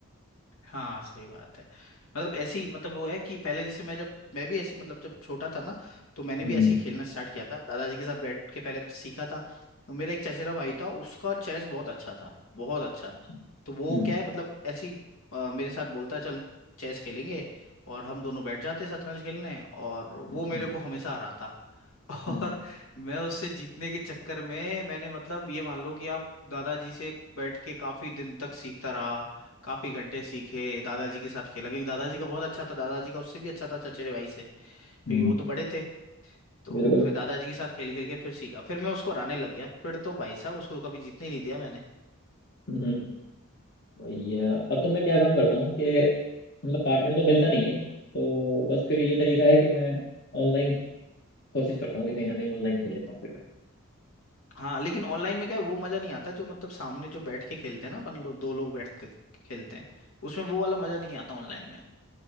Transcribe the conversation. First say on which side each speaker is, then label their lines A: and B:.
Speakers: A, on the left; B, on the left.
A: हाँ सही बात है मतलब ऐसी मतलब वो है कि पहले जैसे मैं जब मैं भी ऐसी मतलब जब छोटा था ना तो मैंने
B: हम्म
A: भी ऐसे ही खेलना स्टार्ट किया था दादाजी के साथ बैठ के पहले तो सीखा था तो मेरा एक चचेरा भाई था उसका चेस बहुत अच्छा था बहुत अच्छा
B: अच्छा
A: तो वो
B: हम्म
A: क्या है मतलब ऐसी अ, मेरे साथ बोलता चल चेस खेलेंगे और हम दोनों बैठ जाते शतरंज खेलने और वो
B: अच्छा
A: मेरे को हमेशा हराता <laughs> और
B: हम्म
A: मैं उससे जीतने के चक्कर में मैंने मतलब ये मान लो कि आप दादाजी से बैठ के काफी दिन तक सीखता रहा काफी घंटे सीखे दादाजी के साथ खेला क्योंकि दादाजी का बहुत अच्छा था दादाजी का उससे भी अच्छा था चचेरे भाई से क्योंकि
B: हम्म
A: वो तो बड़े थे तो
B: बिल्कुल
A: फिर दादाजी के साथ खेल खेल के फिर सीखा फिर मैं उसको हराने लग गया फिर तो भाई साहब उसको कभी जीतने ही नहीं दिया मैंने
B: <laughs> हम्म, वही है अब तो मैं क्या काम करता हूँ कि मतलब पार्टनर तो मिलता नहीं है तो बस फिर ये तरीका है कि मैं ऑनलाइन कोशिश करता हूँ कि कहीं ना कहीं ऑनलाइन खेल लेता हूँ फिर मैं
A: हाँ लेकिन ऑनलाइन में क्या है वो मजा नहीं आता जो मतलब सामने जो बैठ के खेलते हैं ना अपन लोग दो लोग बैठते खेलते हैं उसमें वो वाला मजा नहीं आता ऑनलाइन में